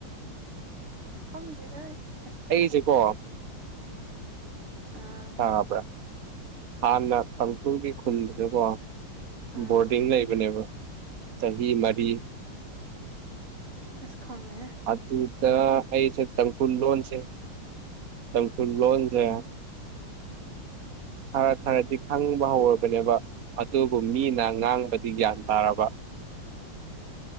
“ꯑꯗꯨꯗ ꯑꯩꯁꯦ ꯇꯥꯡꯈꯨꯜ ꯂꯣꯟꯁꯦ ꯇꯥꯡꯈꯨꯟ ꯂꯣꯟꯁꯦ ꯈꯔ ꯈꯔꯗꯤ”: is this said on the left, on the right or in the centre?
Right